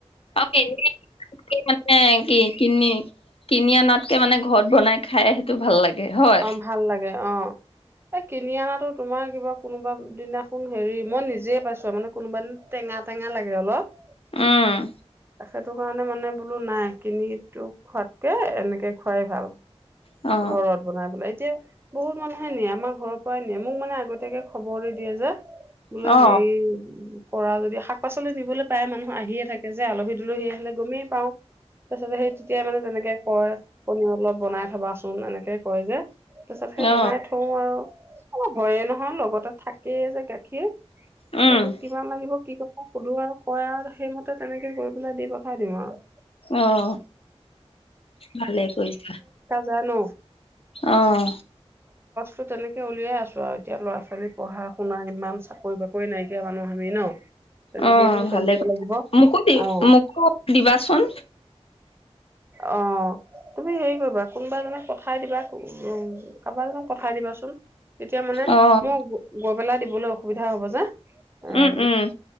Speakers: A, on the left; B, on the right.
A: আৰু কে মানে কি কিনি কিনি আনাতকে মানে ঘৰত বনাই খাই সেইটো ভাল লাগে। হয়
B: অ ভাল লাগে অ। এই কিনি অনাাতো তোমাৰ কিবা কোনোবা দিনাখন হেৰি মই নিজে পাইছো আৰু মানে কোনোবা দিনা টেঙা টেঙা লাগে অলপ।
A: আহ।
B: সেইটো কাৰণে মানে বোলো নাই কিনি তোক খোৱাতকে এনেকে খুৱাই ভাল।
A: অ
B: ঘৰত বনাই পেলে এতিয়া বহুত মানুহে নিয়ে আমাৰ ঘৰৰ পৰাই মোক মানে আগতীয়াকে খবৰ দিয় যে বোলে
A: অ
B: হেৰি কৰা যদি শাক পাচলি নিবলৈ প্ৰায় মানুহ আহিয়ে থাকে যে আলহী তুলহী আহিলে গমেই পাওঁ তাৰ পাছতে সেই তেতিয়াই মানে তেনেকে কয় পনীৰ অলপ বনাই থবা চোন। চোন এনেকে কয় যে। তাৰিছত সেই
A: অ
B: বনাই থওঁ আৰু অ হয়ে নহয় লগ ত থাকেই যে গাখীৰ।
A: উম
B: তাৰপিছত কিমান লাগিব কি ক। সুধো আৰু কয় আৰু সেইমতে তেনেকে কৰি পেলাই দি পঠাই দিওঁ আৰু
A: আহ ভালে কৰিছা।
B: জানো
A: আহ।
B: ত তেনেকে উলিয়াই আছো আৰু এতিয়া ল'ৰা ছোৱালী পঢ়া শুনা ইমান। চাকৰি বাকৰি নাইকিয়া মানুহ আমি ন? তেনেকেইতো
A: অ ভালে
B: চলিব
A: কথা
B: লাগিব
A: মোকো দি
B: অ
A: মোকো দিবাচোন।
B: অ তুমি হেৰি কৰিবা। কোনোবা এক পঠাই দিবা উ কাৰোবাৰ এজনক পঠাই দিবাচোন। তেতিয়া মানে
A: অ',
B: মোক গৈ পেলাই দিব। লৈ অসুবিধা হব যে। এ
A: উম, উম,